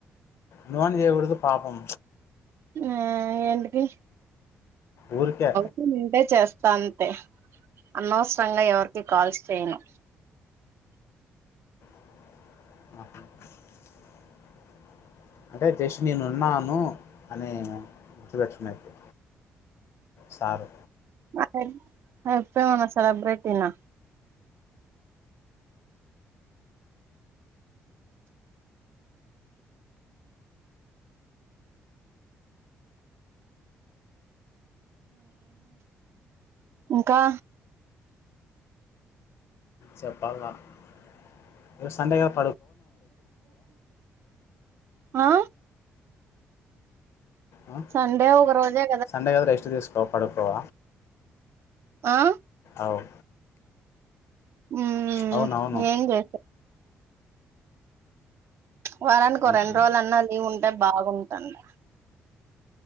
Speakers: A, on the left; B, on the right.
A: నో అని చేయకూడదు పాపం
B: ఆ ఏంటికి
A: ఊరికే
B: <unintelligible> ఇంటే చేస్తా అంతే అనవసరంగా ఎవరికి కాల్స్ చేయను
A: <unintelligible> అంటే జస్ట్ నేను ఉన్నాను అని <unintelligible> సార్
B: <unintelligible> సెలబ్రిటీన ఇంకా
A: చెప్పాల <unintelligible>
B: ఆ
A: ఆ?
B: సండే ఒగ రోజే
A: సండే కద రెస్ట్ తీసుకో పడుకోవ
B: ఆ
A: అవ్
B: <unintelligible>
A: అవునవును
B: వారానికి ఒక
A: ఉహు.
B: రెండు రోజులన్న లీవ్ ఉంటే బాగుంటుంది